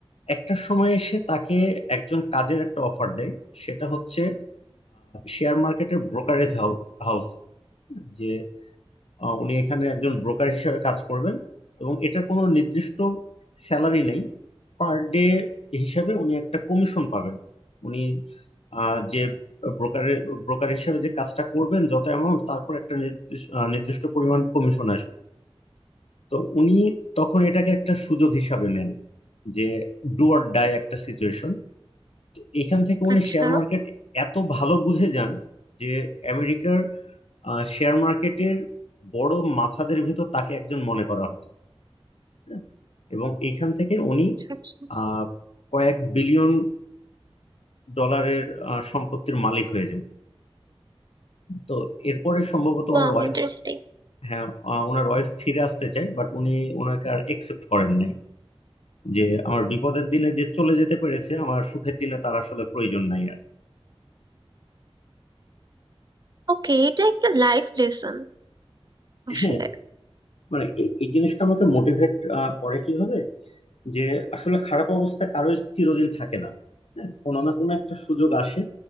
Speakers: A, on the left (about 75°); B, on the right (about 40°).
A: একটা সময় এসে তাকে একজন কাজের একটা অফার দেয় সেটা হচ্ছে শেয়ার মার্কেটের ব্রোকারেজ হাউস যে আহ, উনি এখানে একজন ব্রোকার হিসেবে কাজ করবেন এবং এটা কোনো নির্দিষ্ট স্যালারি নেই পার ডে হিসাবে উনি একটা কমিশন পাবেন উনি আহ, যে ব্রোকারের ব্রোকার হিসেবে যে কাজটা করবেন যত অ্যামাউন্ট তারপর একটা নির্দিষ্ট আহ, নির্দিষ্ট পরিমাণ কমিশন আসবে তো উনি তখন এটাকে একটা সুযোগ হিসাবে নেন যে ডু অর ডাই একটা সিচুয়েশন তো এখান থেকে উনি
B: আচ্ছা
A: শেয়ার মার্কেট এত ভালো বুঝে যান যে আমেরিকার আহ, শেয়ার মার্কেটের বড় মাথাদের ভিতর তাকে একজন মনে করা হতো হ্যাঁ, এবং এইখান থেকে উনি
B: আচ্ছা আচ্ছা
A: আহ, কয়েক বিলিয়ন ডলারের আহ, সম্পত্তির মালিক হয়ে যান তো এরপরে সম্ভবত
B: Wow
A: ওনার ওয়াইফ
B: interesting
A: হ্যাঁ আহ, ওনার ওয়াইফ ফিরে আসতে চায় বাট উনি ওনাকে আর একসেপ্ট করেন নাই যে আমার বিপদের দিনে যে চলে যেতে পেরেছে আমার সুখের দিনে তার আসলে প্রয়োজন নাই আর
B: ওকে এটা একটা লাইফ লেসন আসলে
A: হ্যাঁ মানে এই এই জিনিসটা আমাকে মোটিভেট করে কিভাবে যে আসলে খারাপ অবস্থা কারোর চিরদিন থাকে না হ্যাঁ, কোনো না কোনো একটা সুযোগ আসে